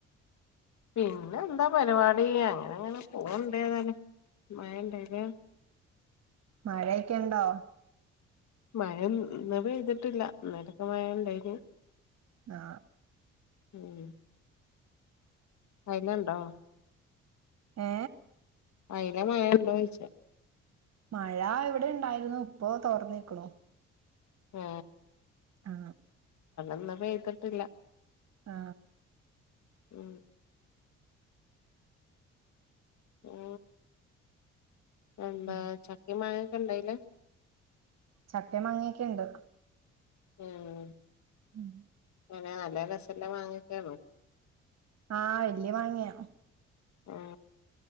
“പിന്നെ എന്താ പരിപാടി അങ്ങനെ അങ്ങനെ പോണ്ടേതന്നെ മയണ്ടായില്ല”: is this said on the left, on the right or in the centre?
Left